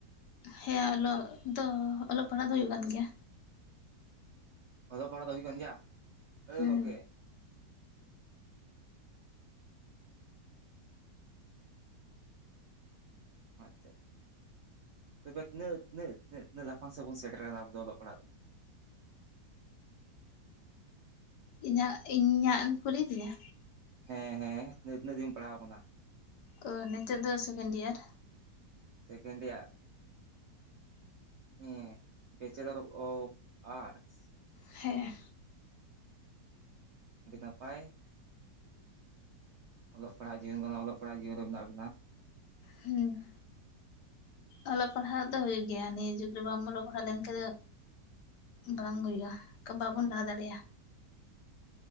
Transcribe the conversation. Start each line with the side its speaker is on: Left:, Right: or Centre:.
Left: ᱦᱮᱸ, ᱚᱞᱚᱜ ᱫᱚ ᱚᱞᱚᱜ ᱯᱟᱲᱦᱟᱜ ᱫᱚ ᱦᱩᱭᱩᱜ ᱠᱟᱱ ᱜᱮᱭᱟ᱾
Right: ᱚᱫᱚᱜ ᱯᱟᱲᱦᱣ ᱫᱚ ᱦᱩᱭ ᱠᱟᱱ ᱜᱮᱭᱟ ᱟᱹᱭ
Left: ᱦᱮᱸ
Right: ᱜᱚᱝᱠᱮ ᱟᱪᱪᱷᱟ ᱪᱷᱟ, ᱛᱚᱵᱮ ᱛᱤᱱᱟᱹᱜ ᱛᱤᱱᱟᱹᱜ ᱛᱤᱱᱟᱹᱜ ᱞᱟᱯᱷᱟᱝ ᱥᱮᱫ ᱵᱚᱱ ᱥᱮᱴᱮᱨ ᱟᱠᱟᱱᱟ ᱟᱵᱚ ᱫᱚ ᱚᱞᱚᱜ ᱯᱟᱲᱦᱟᱜ ᱫᱚ?
Left: ᱤᱧᱟᱜ ᱤᱧ ᱟᱜ ᱮᱢ ᱠᱩᱞᱤᱭ ᱫᱤᱧᱟ?
Right: ᱦᱮᱸ ᱦᱮᱸ, ᱛᱤᱱᱟᱹᱜ ᱛᱤᱱᱟᱹᱜ ᱫᱟᱵᱤᱡ ᱮᱢ ᱯᱟᱲᱦᱟᱣ ᱠᱟᱱᱟ?
Left: ᱚ ᱱᱤᱛᱳᱜ ᱫᱚ ᱥᱮᱠᱮᱱᱰᱤᱭᱟᱨ᱾
Right: ᱥᱮᱠᱮᱱᱰᱤᱭᱟ ᱦᱮᱸᱵᱮᱪᱮᱞᱟᱨ <unintelligible>
Left: ᱦᱮᱸ᱾
Right: ᱟᱰᱤ ᱱᱟᱯᱟᱭ᱾ ᱚᱞᱚᱜ ᱯᱟᱲᱦᱟᱜ ᱡᱤᱭᱚᱱ ᱠᱟᱱᱟ, ᱚᱞᱚᱜ ᱯᱟᱲᱦᱟᱜ ᱡᱤᱭᱚᱱ ᱨᱮ ᱢᱮᱱᱟᱜ ᱵᱤᱱᱟ᱾
Left: ᱦᱩᱸ᱾ ᱚᱞᱚᱜ ᱯᱟᱲᱦᱟᱣ ᱫᱚ ᱦᱩᱭᱩᱜ ᱜᱮᱭᱟ, ᱱᱤᱭᱟᱹ ᱡᱩᱜᱽ ᱨᱮ ᱵᱟᱢ ᱚᱞᱚᱜ ᱯᱟᱲᱦᱟᱣ ᱞᱮᱱᱠᱷᱟᱡ ᱫᱚ ᱵᱟᱝ ᱦᱩᱭᱩᱜ ᱜᱮᱭᱟ, ᱵᱟᱠᱷᱟᱱ ᱵᱟᱵᱚᱱ ᱞᱟᱦᱟ ᱫᱟᱲᱮᱭᱟ᱾